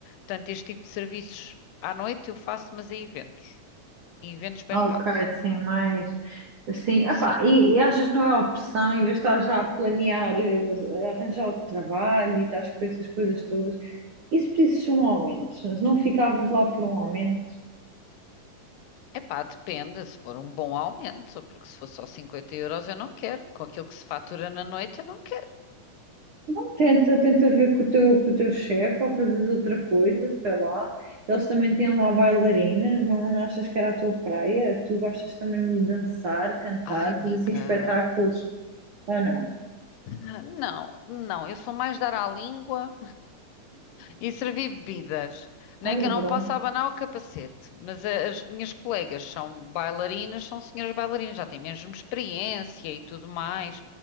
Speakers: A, on the left; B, on the right.
A: tanto este tipo de serviços à noite, eu faço, mas a eventos. E eventos bem
B: Ok,
A: pagos.
B: sim, mais. Sim, epá,
A: Sim.
B: e, e achas que não é opção, em vez de estar já a planear, eh, arranjar outro trabalho e estás com essas coisas todas, e se pedisses um aumento? Se não ficavas lá por um aumento?
A: Epá, depende se for um bom aumento, porque se for só 50 euros eu não quero. Com aquilo que se fatura na noite eu não quero.
B: Não, tenta, tenta ver com o teu, com o teu chefe ou fazes outra coisa, sei lá. Eles também têm lá bailarinas, não, não achas que era a tua praia? Tu gostas também de dançar, cantar,
A: Ai, amiga.
B: fazer assim espetáculos, ou não?
A: Ah, Não, não, eu sou mais dar à língua. E servi bebidas. Não
B: Olha,
A: é que eu
B: pronto.
A: não posso abanar o capacete, mas a- as minhas colegas são bailarinas, são senhoras bailarinas, já têm mesmo experiência e tudo mais.